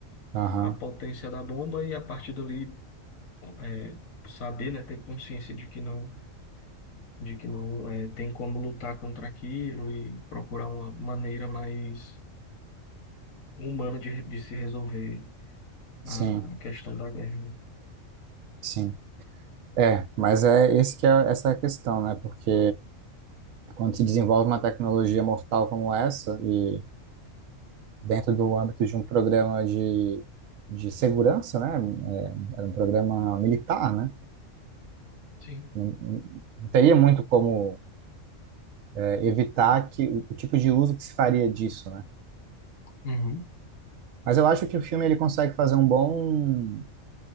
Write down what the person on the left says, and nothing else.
a potência da bomba e a partir dali é, saber, né, ter consciência de que não, de que não é, tem como lutar contra aquilo e procurar uma maneira mais humana de, de se resolver a
a questão da guerra. né?
Sim.
Uhum.